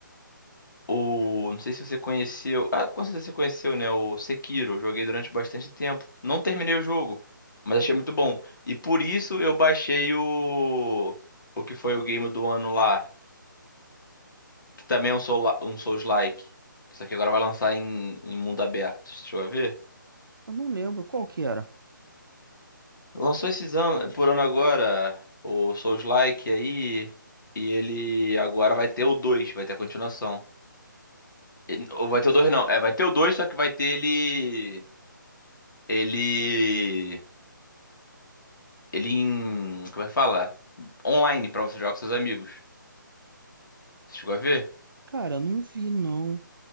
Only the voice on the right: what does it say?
Eu não lembro qual que era.
Cara, eu não vi, não.